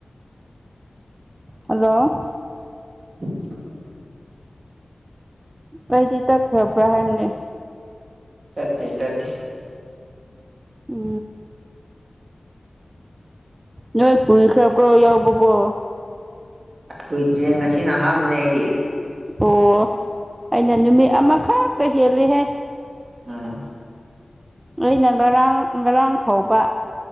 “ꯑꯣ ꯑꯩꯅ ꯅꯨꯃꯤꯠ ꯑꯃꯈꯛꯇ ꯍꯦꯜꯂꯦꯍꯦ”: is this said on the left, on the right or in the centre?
Right